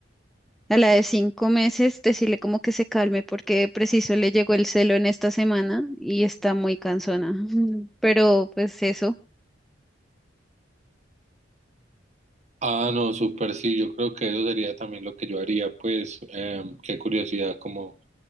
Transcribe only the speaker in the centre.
A la de cinco meses, decirle como que se calme porque preciso le llegó el celo en esta semana y está muy cansona. Mm. Pero pues eso,